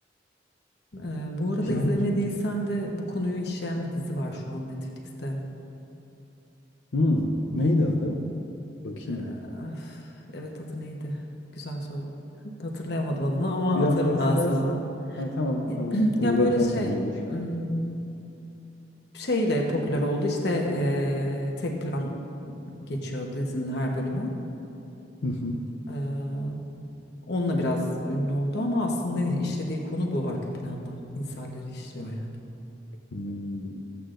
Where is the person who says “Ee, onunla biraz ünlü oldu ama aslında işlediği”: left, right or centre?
Left